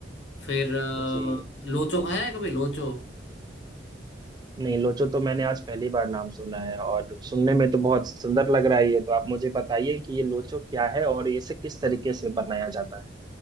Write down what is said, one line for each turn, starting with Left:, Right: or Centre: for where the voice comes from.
Left: फिर अ,
Right: जी
Left: लोचो खाया है कभी लोचो
Right: नहीं लोचो तो मैंने आज पहली बार नाम सुना है और सुनने में तो बहुत सुंदर लग रहा है ये तो आप मुझे बताइए कि ये लोचो क्या है और इसे किस तरीके से बनाया जाता है